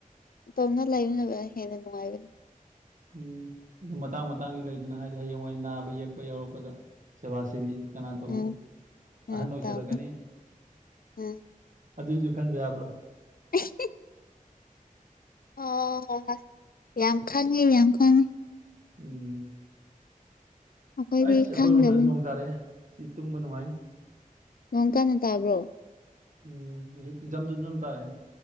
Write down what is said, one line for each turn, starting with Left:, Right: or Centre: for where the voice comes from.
Left: ꯇꯣꯝꯅ ꯂꯩꯕꯅꯕ ꯍꯦꯟꯅ ꯅꯨꯡꯉꯥꯏꯒꯅꯤ
Right: ꯎꯝ ꯑꯗꯨ ꯃꯇꯥꯡ ꯃꯇꯥꯡꯒꯤ ꯂꯩꯗꯅ ꯍꯥꯏꯗꯤ ꯍꯌꯦꯡꯋꯥꯏ ꯅꯥꯕ ꯌꯦꯛꯄ ꯌꯥꯎꯔꯛꯄꯗ ꯁꯦꯕꯥ ꯁꯦꯕꯤ ꯀꯅꯥ ꯇꯧꯗꯨꯏꯕ
Left: ꯎꯝ
Right: ꯑꯍꯟ
Left: ꯎꯝ
Right: ꯑꯣꯏꯁꯜꯂꯛꯀꯅꯤ
Left: ꯇꯝꯃꯤ ꯎꯝ
Right: ꯑꯗꯨꯏꯖꯨ ꯈꯟꯗ ꯌꯥꯕ꯭ꯔꯣ
Left: <inaudible> ꯑꯣ ꯌꯥꯝ ꯈꯪꯉꯦ ꯌꯥꯝ ꯈꯪꯉꯦ
Right: ꯎꯝ
Left: ꯑꯩꯈꯣꯏꯗꯤ
Right: ꯑꯩꯏ ꯑꯩꯈꯣꯏꯔꯣꯝꯗꯁꯨ
Left: ꯈꯪꯗꯕꯅꯤ
Right: ꯅꯣꯡ ꯇꯥꯔꯛꯑꯦ ꯁꯤ ꯇꯨꯝꯕ ꯅꯨꯡꯉꯥꯏꯅꯤ
Left: ꯅꯣꯡ ꯀꯥꯟꯟꯅ ꯇꯥꯕ꯭ꯔꯣ
Right: ꯎꯝ ꯍꯧꯖꯤꯛ ꯖꯝ ꯖꯝ ꯖꯝ ꯇꯥꯔꯦ